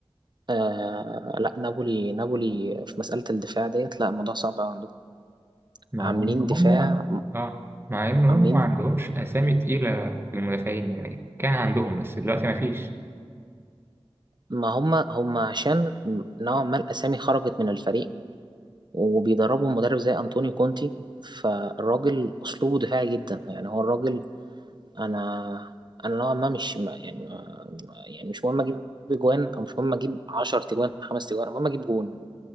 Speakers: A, on the right (about 45°); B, on the right (about 25°).
A: آه لا نابولي نابولي في مسألة الدفاع ديت لا الموضوع صعب أوي عندهم
B: مع
A: عاملين
B: إن هم
A: دفاع
B: آه مع إن هم
A: عاملين
B: ما عندهمش أسامي تقيلة في المدافعين يعني كان عندهم بس دلوقتي ما فيش
A: ما هم هم عشان نوعا ما الأسامي خرجت من الفريق وبيدربهم مدرب زي أنطونيو كونتي فالراجل أسلوبه دفاعي جدا يعني هو الراجل أنا أنا نوعا ما مش يعني يعني مش مهم اجيب جوان او مش مهم اجيب 10 تجوان خمس تجوان المهم اجيب جون